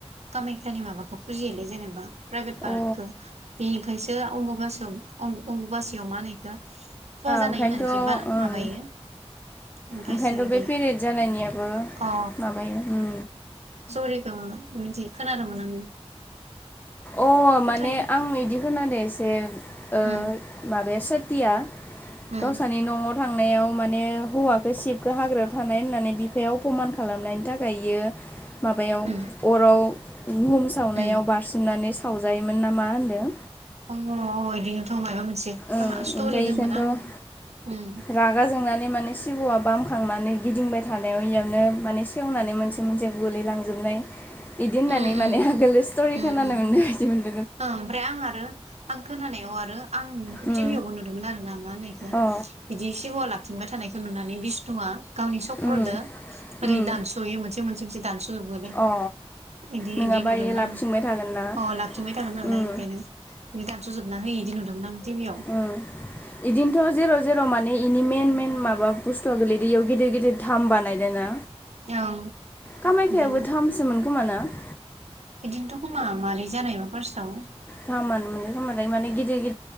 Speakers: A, on the right; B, on the left.
A: कामायख्यानि माबाखौ फुजियोलै जेनेबा प्राइभेट पार्टखो
B: उम ओ
A: बेनिखायसो अमबबासियाव अम-अमबुबासियाव मा होनो बेखो सुवा जानाय
B: ओंखायनोथ'
A: होननानै जे बा
B: ओं
A: माबायो ओमफ्रायसो
B: ओंखायनोथ
A: बिदि
B: बे पेरेड जानायनियाबो
A: अ
B: माबायो
A: अ मोनथि खोनादोंमोन आङो
B: अ
A: फोथायो
B: माने आं इदि खोनादो एसे ओ
A: उम
B: माबाया सतिया
A: उम
B: गावसानि न'आव थां- नायाव माने हौवाखौ सिशबखो हाग्रायाव थानाय होननानै बिफाया अपमान खालामनायनि थाखाय इयो माबायाव
A: उम
B: अराव हुम सावनायाव
A: उम
B: बारसोमनानै सावजायोमोन नामा होन्दों
A: अ अ इदिनोथ माबा मोनसे
B: ओं
A: काहस्टरि
B: ओमफ्राय
A: दंमोन
B: बेखौनोथ'
A: आं उम
B: रागा जोंनानै माने सिबआ बामखांनानै गिदिंबाय थानायाव इयावनो माने सेवनानै मोनसे मोनसे गोलैलांजोब नाय बिदि होननानै
A: उम उम
B: माने आगोल स्टरि
A: उम
B: खोनानो
A: उम
B: मोननाय बायदि मोनदो।
A: ओं ओमफ्राय आं आरो आं खोनानायाव आरो। आं
B: उम
A: टिभियावबो नुदोंमोन आर ना मा होनो इखो
B: अ
A: बिदि सेवाला थिंबाय थानायखौ नुनानै बिष्णुआ गावनि सक्रदो
B: उम
A: ओरै
B: उम
A: दानस यो मोनसे मोनसे मोनसे दानस जोबोलै
B: अ
A: इदि
B: नङाबा
A: इदि नुदोंमोन
B: इयो लाबथिंबाय थागोन ना
A: आं ला बथिंबाय थादोमोन नालाय
B: उम
A: ओंखायनो बिदि दानसजोबना होयो इदि नुदोंमोन आं टिभियाव
B: उम बिदिनोथ जेराव जेराव माने इनि मेन मेन
A: ओं
B: माबा बुस्थुआ गोलैदो। दैयाव गिदिर गिदिर दाम बानायदोंना
A: ओं
B: कामाख्याबो
A: बिदिनो
B: थामसो मोन खमाना <unintelligible>
A: बिदिनोथ' खोमा मारै जानायबा फार्स्टआव
B: धामानो मोनदों खोमालाय माने गिदिर